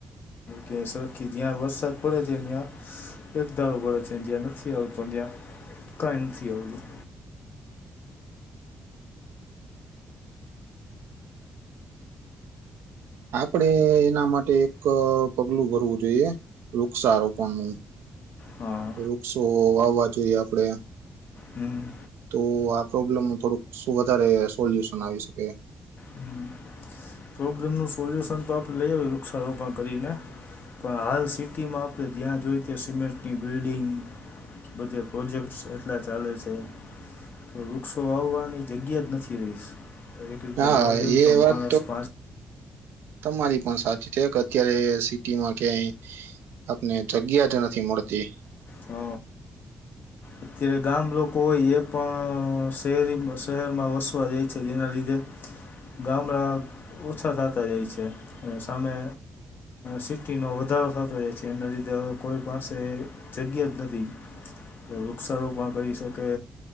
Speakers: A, on the left (about 55°); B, on the right (about 75°).
A: કે સરખી જ્યાં વરસાદ પડે છે અહી્યાં એક દારોબ છે્યા નથી આવતો ત્યા કંઈ નથી આવતું.
B: આપડે એના માટે એક પગલું ભરવું જોઈએ વૃક્ષારોપણ નું.
A: હા.
B: વૃક્ષો વાવવા જોઈએ આપડે.
A: હમ્મ.
B: તો આ પ્રોબ્લેમ થોડુંક શું વધારે સોલ્યુશન આવી શકે?
A: હમ. પ્રોબ્લેમનું સોલ્યુશન તો આપણે લઈ આવીએ વૃક્ષારોપણ કરીને. પણ હાલ સિટીમાં આપણે જ્યાં જોઈ ત સિમેન્ટની બિલ્ડિંગ બધે પ્રોજેક્ટ્સ એટલા ચાલે છે. તો વૃક્ષો વાવવાની જગ્યા જ નથી રહીશ એક રીતે
B: હા
A: જોવા જઈ ને
B: એ
A: તો
B: વાત
A: મહારષ્ટ્ર
B: તમારી પણ સાચી છે કે અત્યારે સિટીમાં ક્યાંય આપને જગ્યા જ નથી મળતી.
A: ઘ અત્યારે ગામ લોકો હોય એ પણ શહેરીમાં શહેરમાં વસવા જાય છે. જેના લીધે ગામામડા ઓછા થતા જાય છે અને સામે સિટીનો વધારો થતો હો છે એના લીધે હવે કોઈ પાસે જગ્યા જ નથી કે વૃક્ષારોપણ કરી શકે